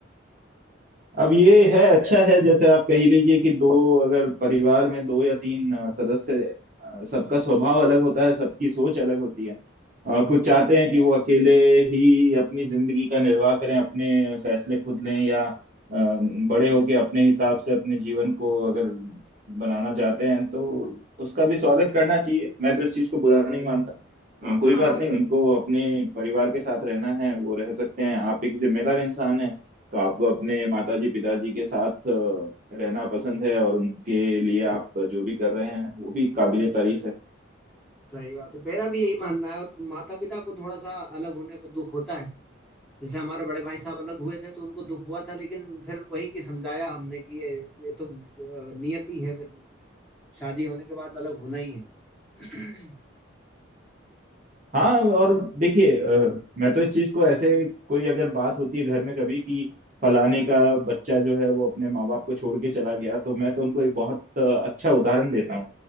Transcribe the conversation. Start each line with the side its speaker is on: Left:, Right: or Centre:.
Right: अब ये है अच्छा है जैसे आप कह लीजिए कि दो अगर परिवार में दो या तीन अ, सदस्य अ, सबका स्वभाव अलग होता है सबकी सोच अलग होती है अ,
Centre: हाँ
Right: कुछ चाहते हैं कि वो अकेले ही अपनी जिंदगी का निर्वाह करें अपने फैसले खुद लें या अ, बड़े होके अपने हिसाब से अपने जीवन को अगर बनाना चाहते हैं तो उसका भी स्वागत करना चाहिए मैं तो इस चीज को बुरा नहीं मानता अ, कोई
Centre: हाँ
Right: बात
Centre: हाँ,
Right: नहीं
Centre: बिल्कुल
Right: उनको अपने परिवार के साथ रहना है वो रह सकते हैं आप एक जिम्मेदार इंसान हैं तो आपको अपने माताजी पिताजी के साथ अ, रहना पसंद है और उनके लिए आप जो भी कर रहे हैं वो भी काबिले तारीफ है
Centre: सही बात है मेरा भी यही मानना है और माता पिता को थोड़ा सा अलग होने पर दुख होता है जैसे हमारे बड़े भाई साहब अलग हुए थे तो उनको दुख हुआ था लेकिन फिर वही कि समझाया हमने कि ये ये तो अ, नियति है फिर शादी होने के बाद अलग होना ही है <clears throat>
Right: हाँ और देखिए अ, मैं तो इस चीज को ऐसे कोई अगर बात होती है घर में कभी कि फलाने का बच्चा जो है वो अपने माँ बाप को छोड़ के चला गया तो मैं तो उनको एक बहुत अ, अच्छा उदाहरण देता हूँ